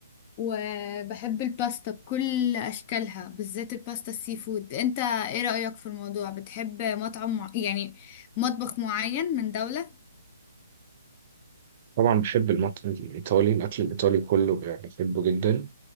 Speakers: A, on the left; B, on the right.
A: وبحب الباستا بكل اشكالها بالذات الباستا السي فود انت ايه رأيك في الموضوع بتحب مطعم مع... يعني مطبخ معين من دولة
B: طبعا بحب المطبخ الإيطالي الأكل الإيطالي كله بحبه جدا